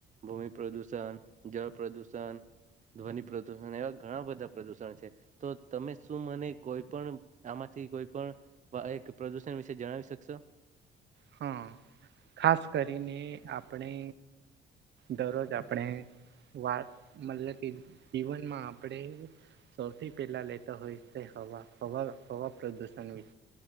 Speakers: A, on the right (about 40°); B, on the right (about 65°).
A: ભૂમિ પ્રદૂષણ જળ પ્રદૂષણ ધ્વનિ પ્રદુષણ એવા ઘણા બધા પ્રદુષણ છે તો તમે શું મને કોઈ પણ આમાંથી કોઈ પણ એક પ્રદુષણ વિશે જણાવી શકશો
B: હા ખાસ કરીને આપણે દરરોજ આપણે વાત મતલબ કે જીવનમાં આપણે સૌથી પહેલા લેતા હોય હવા હવા હવા પ્રદુષણ વિ